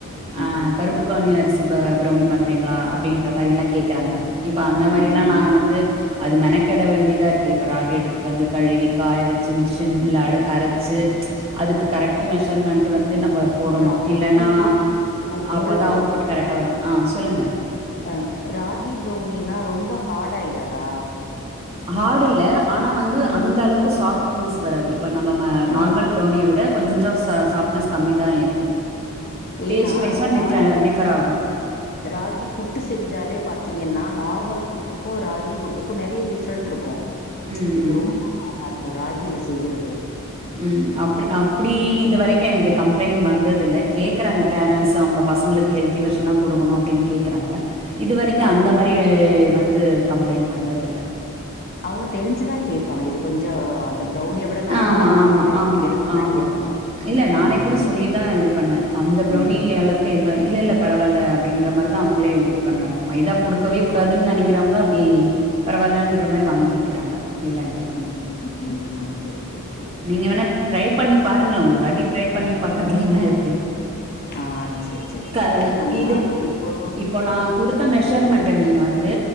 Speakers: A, on the right; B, on the left.
A: ஆ
B: ம்
A: கருப்பு கவுனி அரிசி பிரௌனி பண்றீங்களா அப்டின்ற மாரில்லா கேக்குறாங்க இப்ப அந்த
B: ம்
A: மாரில்லா
B: ம்
A: நானு வந்து அது மெனக்கெட வேண்டியதா இருக்கு இப்ப ராகி எடுத்துட்டு வந்து கழுவி காய வச்சி மிஷின்ல அரச்சி அதுக்கு கரெக்ட் மெஷர்மெண்ட் வந்து நம்ம போடணு
B: ராகி
A: இல்லன்னா
B: இல்ல
A: அப்பதா
B: ஒரு டவுட்
A: அவுட்புட் கரெக்ட்டா வரு ஆ சொல்லுங்க
B: அ ராகி ப்ரௌனின்னா ரொம்ப ஹார்ட் ஆயிடாதா
A: ஹார்டு இல்ல ஆனா வந்து அந்த அளவுக்கு சாப்ட்னஸ் வராது இப்ப நம்ம
B: ம்
A: நார்மல் பிரௌனிய விட கொஞ்சோ ச சாப்ட்னஸ் கம்மிதா இருக்கு
B: ஏன்னா
A: டேஸ்ட் வைஸ்சு
B: ரா
A: டிஃபர் டிஃபர் ஆகு
B: ராகி புட்டு செஞ்சாலே பாத்தீங்கன்னா நார்மல் புட்டுக்கு ராகி புட் டுக்கு நெறைய டிஃபரெண்டட் இருக்கு
A: ம்
B: இது ரொம்ப ஹார்ட்டா இருக்கு ராகில செய்யிறது
A: ம் அப் அப்டி இது வரைக்கு எனக்கு கம்ப்ளைண்டட் வந்ததுல்ல கேக்குறாங்க பேரன்ட்ஸ் அவங்க பசங்களுக்கு ஹெல்தி வெர்ஷனா குடுக்கணு அப்டின்னு கேக்குறாங்க இது வரைக்கு
B: அவங்க
A: அந்த மாரி வந்து கம்ப்ளைண்டட் வந்ததுல்ல
B: அவுங்க தெரிஞ்சிதா கேப்பாங்க இது கொஞ்சோ அந்த ப்ரௌனிய விட நார்மல
A: ஆமா
B: விட இதாத்தா
A: ஆமா
B: இருக்குன்னு
A: ஆமா
B: தெரிஞ்சுதா
A: ஆமா
B: கேப்பாங்க
A: இல்ல நானே
B: ம்
A: கூட சொல்லிதா இது பண்ணுவே அந்த பிரௌனி
B: ம்
A: அளவுக்கு இருக்காது இல்ல இல்ல பரவாயில்ல அப்டின்ற மாரிதா அவுங்களே இது
B: ம்
A: பண்றாங்க மைதா குடுக்கவே கூடாதுன்னு நெனைக்கிறவங்க அப்டி பரவாயில்லன்ற மாரி வாங்கிக்கிறாங்க இல்லன்ட்டு இல்ல
B: ம் ம் ஓகே ஓகே ஓகே
A: நீங்க வேணா ட்ரை பண்ணி பாருங்களே ஒரு வாட்டி ட்ரை பண்ணி பாக்குறதுல என்ன இருக்கு
B: ஆ செரி செரி
A: க
B: இல்ல நம்ம
A: இதில்
B: இப்போ
A: இப்போ நான் குடுத்த மெஷர்மெண்ட நீங்க வந்து